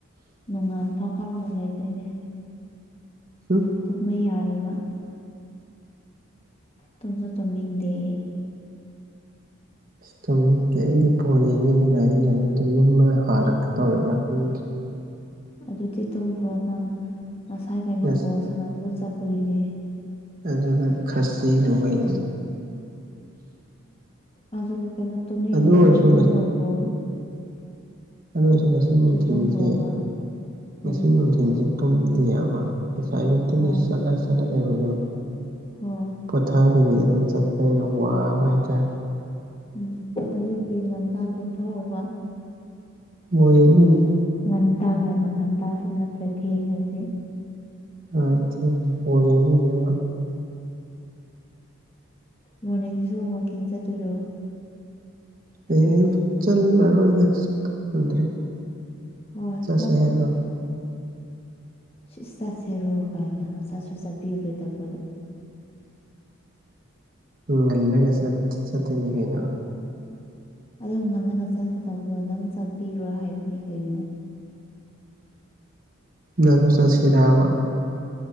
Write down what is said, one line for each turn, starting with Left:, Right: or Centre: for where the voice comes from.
Left: ꯅꯣꯡꯉꯥꯞ ꯄꯥꯎ ꯀꯞꯔꯒ ꯂꯩꯗꯣꯏꯅꯦ
Right: ꯍꯨꯝ
Left: ꯇꯨꯝꯕ ꯌꯥꯔꯣꯏꯕ ꯇꯨꯝꯁꯨ ꯇꯨꯝꯅꯤꯡꯗꯦ
Right: ꯑꯁ ꯇꯨꯝꯅꯤꯡꯗꯦ ꯑꯩꯗꯤ ꯕꯣꯜ ꯌꯦꯡꯅꯤꯡꯏꯅ ꯑꯩꯗꯤ ꯌꯥꯝꯅ ꯇꯨꯝꯅꯤꯡꯕ ꯍꯥꯜꯂꯛꯀ ꯇꯧꯔꯤꯕ꯭ꯔꯥ ꯈꯪꯗ꯭ꯔꯦ
Left: ꯑꯗꯨꯗꯤ ꯇꯣꯝꯈꯔꯣ ꯅꯪ ꯉꯁꯥꯏ ꯀꯩꯅꯣ
Right: ꯑꯁ
Left: ꯕꯣꯜ ꯁꯥꯟꯅꯕꯗꯨ ꯆꯠꯄꯒꯤꯅꯤ
Right: ꯑꯗꯨꯒ ꯈꯥꯁꯤ ꯂꯣꯏ
Left: ꯑꯗꯨ ꯀꯩꯅꯣ ꯇꯨꯝꯅꯤꯡꯔꯦ
Right: ꯑꯗꯨ ꯑꯣꯏꯔꯁꯨ
Left: ꯑꯗꯨꯝ ꯇꯣꯝꯔꯕꯣ
Right: ꯑꯗꯨꯁꯨ ꯉꯁꯤ ꯅꯨꯡꯊꯤꯜꯁꯦ
Left: ꯇꯨꯝꯈ꯭ꯔꯣꯕ
Right: ꯉꯁꯤ
Left: ꯎꯝ
Right: ꯅꯨꯡ ꯊꯤꯟꯁꯦ ꯇꯨꯝꯗꯤꯌꯦꯕ ꯉꯁꯥꯏ ꯑꯌꯨꯛꯇꯒꯤ
Left: ꯑꯣ
Right: ꯆꯠꯂ ꯆꯠꯂ ꯂꯩꯕꯗꯣ
Left: ꯍꯣꯏ
Right: ꯄꯣꯊꯥꯕꯤꯒꯤ ꯑꯗꯨꯝ ꯆꯠꯄꯅꯤꯅ ꯋꯥꯕ ꯍꯥꯏꯇꯥꯔꯦ
Left: ꯎꯝ ꯑꯗꯨꯒꯤ ꯉꯟꯗ ꯇꯣꯝꯊꯣꯛꯑꯕ
Right: ꯃꯣꯏ ꯑꯅꯤ
Left: ꯉꯟꯇꯥꯒꯅ ꯉꯒꯟꯇꯥꯁꯨ ꯅꯠꯇ꯭ꯔꯦ ꯊꯦꯡꯉꯗꯤ
Right: ꯑꯥꯏ ꯊꯦꯡꯉꯦ ꯕꯣꯜ ꯌꯦꯡꯅꯤꯡꯉꯦꯕ
Left: ꯃꯣꯔꯅꯤꯡꯁꯨ ꯋꯥꯀꯤꯡ ꯆꯠꯇꯨꯔꯣ
Right: ꯍꯌꯦꯡ ꯑꯌꯨꯛ ꯆꯠꯂꯔꯣꯏꯗ ꯆꯞꯄ ꯉꯗ꯭ꯔꯦ
Left: ꯍꯣꯏ
Right: ꯆꯠꯁꯦ
Left: ꯈꯔ
Right: ꯍꯥꯏꯔꯣ
Left: ꯁꯤꯏꯁ ꯆꯥꯁꯦꯔꯣ ꯀꯥꯏꯅ ꯆꯥꯁꯨ ꯆꯥꯕꯤꯔꯔꯣꯏꯗꯕ
Right: ꯂꯜꯂꯒ ꯆꯠ ꯆꯠꯇꯣꯏꯅꯤ ꯀꯩꯅꯣ
Left: ꯑꯗꯨꯝ ꯉꯜꯂꯒ ꯆꯠꯀꯗꯧꯕꯗꯣ ꯅꯪ ꯆꯠꯄꯤꯔꯣ ꯍꯥꯏꯕꯅꯤ ꯀꯩꯅꯣ
Right: ꯅꯪꯁꯨ ꯆꯥꯠꯁꯤꯔꯕꯥ